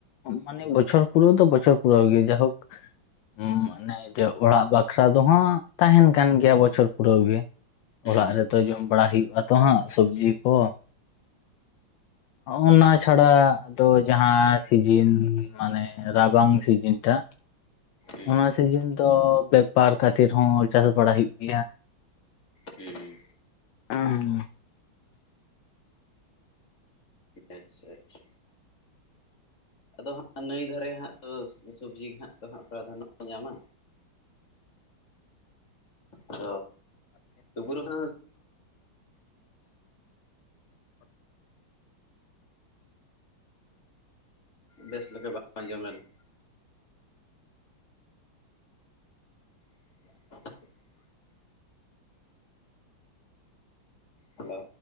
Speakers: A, on the left (about 75°); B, on the left (about 35°).
A: ᱢᱟᱱᱮ ᱵᱚᱪᱷᱚᱨ ᱯᱩᱨᱟᱹᱣ ᱛᱚ ᱵᱚᱪᱷᱚᱨ ᱯᱩᱨᱟᱹᱣ ᱜᱮ ᱡᱟᱭᱦᱳᱠ ᱦᱮᱸ ᱢᱟᱱᱮ ᱡᱮ ᱚᱲᱟᱜ ᱵᱟᱠᱷᱨᱟ ᱫᱚᱦ ᱛᱟᱦᱮᱱ ᱠᱟᱱ ᱜᱮᱭᱟ ᱵᱚᱪᱷᱚᱨ ᱯᱩᱨᱟᱹᱣ ᱜᱮ
B: ᱦᱩᱸ
A: ᱚᱲᱟᱜ
B: ᱦᱩᱸ
A: ᱨᱮᱛᱚ ᱡᱚᱢ ᱵᱟᱲᱟ ᱦᱩᱭᱩᱜ ᱟᱛᱚ ᱦᱟᱸᱜ ᱥᱚᱵᱡᱤ ᱠᱚ ᱚᱱᱟ ᱪᱷᱟᱲᱟ ᱟᱫᱚ ᱡᱟᱦᱟᱸ ᱥᱤᱡᱤᱱ ᱢᱟᱱᱮ ᱨᱟᱵᱟᱝ ᱥᱤᱡᱤᱱ ᱴᱟᱜ
B: ᱦᱩᱸ
A: ᱚᱱᱟ ᱥᱤᱡᱤᱱ ᱫᱚ ᱵᱮᱯᱟᱨ ᱠᱷᱟᱹᱛᱤᱨ ᱦᱚᱸ ᱪᱟᱥ ᱵᱟᱲᱟ ᱦᱩᱭᱩᱜ ᱜᱮᱭᱟ
B: ᱦᱮᱸ
A: ᱦ ᱦᱮᱸ
B: ᱟᱪᱪᱷᱟ ᱟᱪᱪᱷᱟ ᱟᱫᱚ ᱦᱟᱸᱜ ᱱᱟᱹᱭ ᱫᱷᱟᱨᱮ ᱦᱟᱸᱜ ᱛᱚ ᱥᱚᱵᱽᱡᱤ ᱜᱮ ᱦᱟᱸᱜ ᱛᱚ ᱦᱟᱸᱜ ᱯᱨᱟᱫᱷᱟᱱᱱᱚ ᱧᱟᱢᱟ
A: ᱟᱨ
B: ᱛ ᱛ ᱯᱩᱨ ᱦ ᱵᱮᱥ ᱞᱮᱠᱟ ᱵᱟᱝ ᱟᱸᱡᱚᱢ ᱞᱮᱱᱟ <inaudible> ᱦᱮᱞᱳ